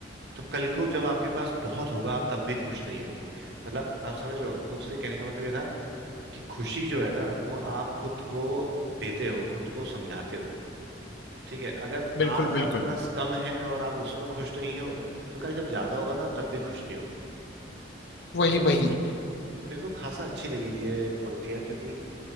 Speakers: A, on the right; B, on the left.
A: तो कल को जब आपके पास बहुत होगा आप तब भी खुश नहीं होंगे मतलब आप समझ रहे हो उसके कहने का मतलब ये था कि खुशी जो है ना वो आप खुद को देते हो खुद को समझाते हो ठीक है अगर
B: बिल्कुल
A: आज आपके
B: बिल्कुल
A: पास कम है और आप उसमें खुश नहीं हो तो कल जब ज्यादा होगा ना आप तब भी खुश नहीं होगे
B: वही
A: मेरे
B: वही
A: को मेरे को खासा अच्छी लगी थी ये पंक्तियां क्योंकि